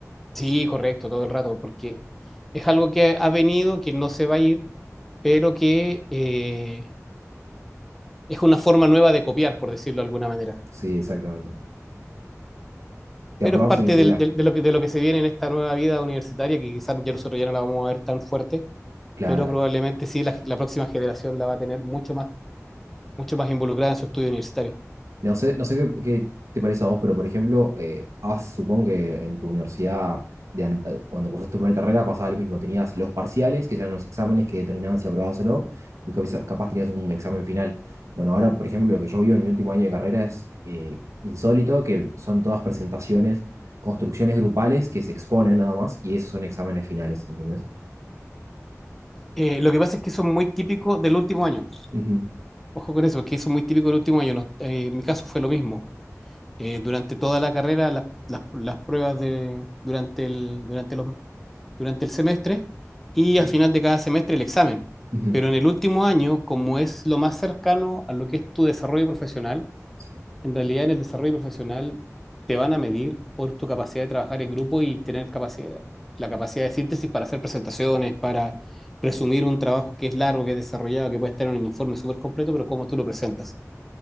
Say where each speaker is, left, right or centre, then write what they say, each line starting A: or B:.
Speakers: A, in the centre; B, on the right (about 65°).
A: sí, correcto, todo el rato, porque es algo que ha venido, que no se va a ir, pero que eh, es una forma nueva de copiar, por decirlo de alguna manera.
B: Sí, exactamente. De
A: Pero
B: aprobar
A: es parte
B: sin estudiar.
A: del- del- de, lo que, de lo que se viene en esta nueva vida universitaria, que quizás ya nosotros ya no la vamos a ver tan fuerte,
B: Claro,
A: pero probablemente sí la, la próxima generación la va a tener mucho más, mucho más involucrada en su estudio universitario.
B: no sé, no sé qué, qué te parece a vos, pero por ejemplo, eh, ah, supongo que en tu universidad, de anta- cuando cursaste tu primera carrera, pasaba lo mismo. Tenías los parciales, que eran los exámenes que determinaban si aprobabas o no, y tú capaz, capaz tenías un examen final. Bueno, ahora, por ejemplo, lo que yo vivo en mi último año de carrera es eh, insólito, que son todas presentaciones, construcciones grupales que se exponen nada más, y esos son exámenes finales, ¿entendés?
A: Eh, lo que pasa es que eso es muy típico del último año.
B: Ujú,
A: Ojo con eso, porque eso es muy típico del último año. No- eh, en mi caso fue lo mismo. eh, durante toda la carrera las, las- las pruebas de, durante el, durante los, durante el semestre y
B: Sí.
A: al final de cada semestre el examen.
B: ujú,
A: Pero en el último año, como es lo más cercano a lo que es tu desarrollo profesional,
B: sí.
A: en realidad en el desarrollo profesional te van a medir por tu capacidad de trabajar en grupo y tener capacidad, la capacidad de síntesis para hacer presentaciones, para resumir un trabajo que es largo, que es desarrollado, que puede estar en un informe súper completo, pero cómo tú lo presentas.